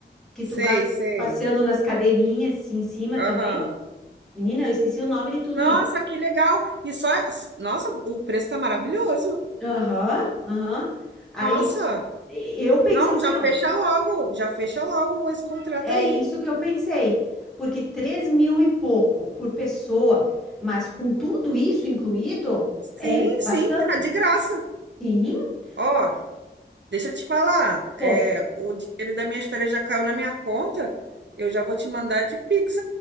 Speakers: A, in the centre; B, on the right (about 70°).
A: que
B: Sei,
A: tu vai
B: sei.
A: passeando nas cadeirinhas assim, em cima
B: Aham.
A: também. Menina, eu esqueci o nome de tudo
B: Nossa,
A: isso.
B: que legal. E só, nossa, o preço tá maravilhoso.
A: Aham, aham. Aí
B: Nossa.
A: eu pensei
B: Não,
A: assim,
B: já fecha
A: ó,
B: logo, já fecha logo esse contrato
A: é
B: aí.
A: isso que eu pensei. Porque 3 mil e pouco por pessoa, mas com tudo isso incluído, é
B: Sim,
A: bastante.
B: sim, tá de graça.
A: Sim,
B: Ó,
A: porque,
B: deixa eu te falar,
A: ponto.
B: é, o dinheiro das minhas férias já caiu na minha conta. Eu já vou te mandar de Pix